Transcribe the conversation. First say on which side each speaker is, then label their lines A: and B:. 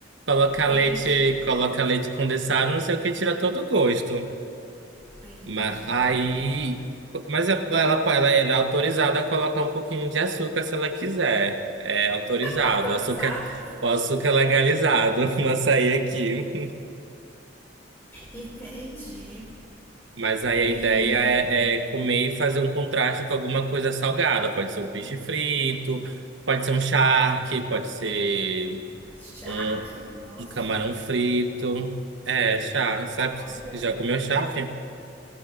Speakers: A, on the right; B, on the left.
A: Coloca
B: Entendi,
A: leite, coloca leite condensado, não sei o que, tira todo o gosto.
B: entendi,
A: Mas aí.
B: entendi.
A: Mas a- ela, po- ela, ela é autorizada a colocar um pouquinho de açúcar se ela quiser. É autorizado.
B: Autorizada?
A: Açúcar, o açúcar é legalizado <laughs> no açaí aqui.
B: Entendi.
A: Mas aí a
B: E
A: ideia é, é comer e fazer um contraste com alguma coisa salgada. Pode ser um peixe frito, pode ser um charque, pode ser.
B: charque?
A: um,
B: Nossa,
A: um camarão frito. É, charque. Sabe,
B: olha.
A: já comeu charque?